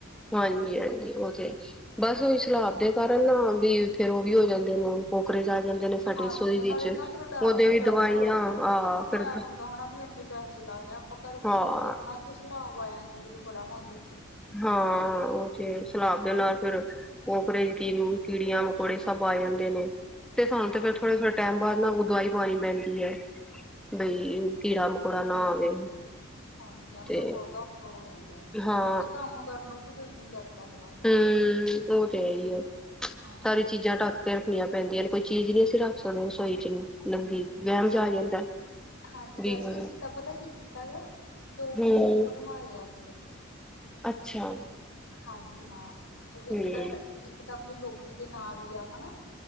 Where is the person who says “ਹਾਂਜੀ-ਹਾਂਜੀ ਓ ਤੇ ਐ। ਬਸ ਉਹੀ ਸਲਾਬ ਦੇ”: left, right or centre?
Centre